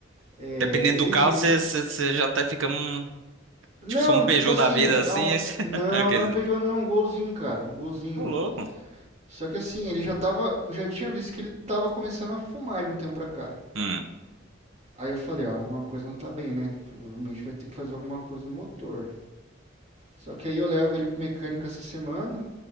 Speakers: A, on the right (about 35°); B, on the right (about 80°).
A: é,
B: Dependendo
A: ele,
B: do carro,
A: ele-
B: você, você, você já até fica um.
A: Não,
B: Tipo, só um Peugeot
A: tipo assim,
B: da vida
A: é
B: assim.
A: um...
B: Esse...
A: Não,
B: <laughs> Aqueles.
A: não é um Peugeot
B: né?
A: não, é um Golzinho, cara, um Golzinho.
B: Ô, louco.
A: Só que assim, ele já tava... Eu já tinha visto que ele tava começando a fumar de um tempo pra cá.
B: Hum,
A: Aí eu falei, ó, uma coisa não tá bem, né? Provavelmente vai ter que fazer alguma coisa no motor. Só que aí eu levo ele pro mecânico essa semana.